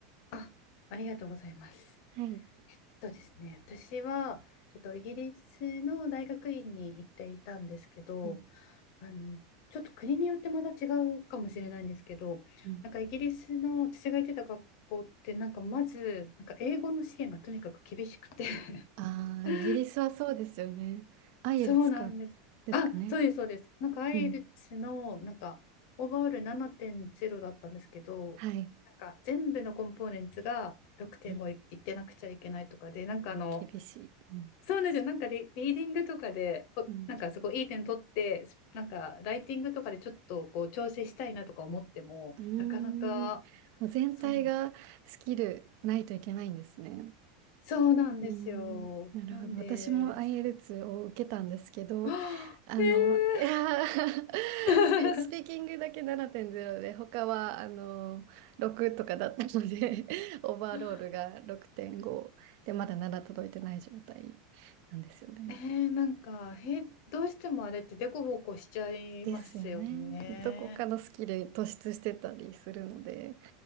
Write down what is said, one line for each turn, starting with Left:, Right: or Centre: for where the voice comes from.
Left: あ、ありがとうございます。
Right: はい。
Left: えっとですね、私は、えっと、イギリスの大学院に行っていたんですけど、
Right: うん。
Left: あの、ちょっと国によってまた違うかもしれないんですけど、
Right: うん。
Left: なんかイギリスの私が行ってた学校って、なんかまず、なんか英語の試験がとにかく厳しくて <laughs>
Right: ああ、イギリスはそうですよね。アイエルツか、
Left: そうなんです。
Right: ですかね。
Left: あ、そうです、そうです。なんか i
Right: うん。
Left: イ l t のなんかオーバーオール7.0だったんですけど、
Right: はい。
Left: なんか全部のコンポーネンツが6.5いいってなくちゃいけないとかで、
Right: うん。
Left: なんかあの、
Right: お厳しい。うん。
Left: そうなんですよ。なんかリ、リーディングとかで、こなんかすごいいい点取って、
Right: うん。
Left: なんかライティングとかでちょっとこう調整したいなとか思っても、
Right: うーん。
Left: なかなか、
Right: もう全体がスキルないといけないんですね。
Left: そうなんですよ。そうなんですよ。
Right: うーん、なるほど。
Left: なんです。
Right: 私も i l t s を受けたんですけど、
Left: はあー
Right: あの、いやー
Left: えー
Right: <laughs> スピ、スピーキングだけ7.0で、他はあの6とかだったので、<laughs> オーバーロールが6.5で、
Left: <laughs>
Right: まだ7届いてない状態なんですよね。
Left: ねえ、なんか、へ、どうしてもあれってデコボコしちゃいますよね。
Right: ですよね。どこかのスキルに突出してたりするので。